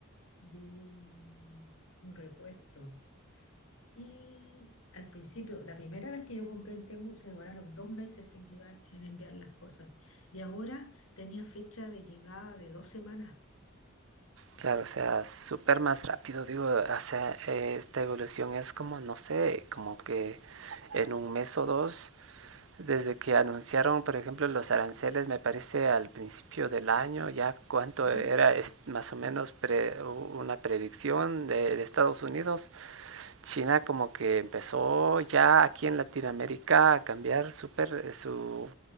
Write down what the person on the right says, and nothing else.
claro, o sea, súper más rápido, digo, o sea, eh, esta evolución es como, no sé, como que en un mes o dos Desde que anunciaron, por ejemplo, los aranceles, me parece al principio del año, ya cuánto
era más o menos pre- una predicción de, de Estados Unidos, China como que empezó ya aquí en Latinoamérica a cambiar súper eh, su,